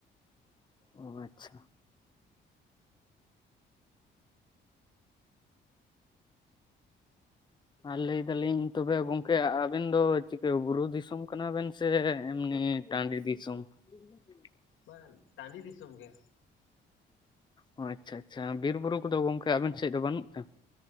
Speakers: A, on the left; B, on the left.
A: ᱚ ᱟᱪᱪᱷᱟ᱾ ᱟᱨ ᱞᱟᱹᱭ ᱫᱟᱞᱤᱧ ᱛᱚᱵᱮ ᱜᱚᱢᱠᱮ ᱟᱵᱮᱱ ᱫᱚ ᱪᱤᱠᱟᱹ ᱵᱩᱨᱩ ᱫᱤᱥᱚᱢ ᱠᱟᱱᱟ ᱵᱮᱱ? ᱥᱮ ᱮᱢᱱᱤ ᱴᱟᱺᱰᱤ ᱫᱤᱥᱚᱢ? <inaudible>
B: ᱵᱟᱝ ᱴᱟᱺᱰᱤ ᱫᱤᱥᱚᱢ ᱜᱮ᱾
A: ᱚ ᱟᱪᱪᱷᱟ ᱟᱪᱪᱷᱟ ᱵᱤᱨ ᱵᱩᱨᱩ ᱠᱚᱫᱚ ᱜᱚᱢᱠᱮ ᱟᱵᱮᱱ ᱥᱮᱫ ᱫᱚ ᱵᱟᱹᱱᱩᱜ ᱛᱮ?